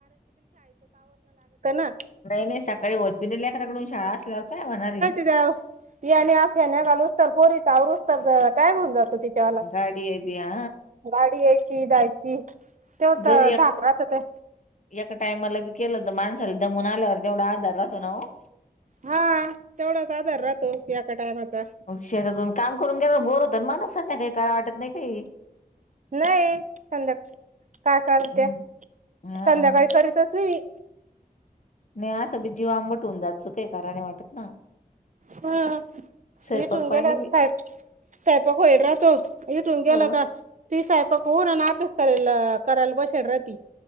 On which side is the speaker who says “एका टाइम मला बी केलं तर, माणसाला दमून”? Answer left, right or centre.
Left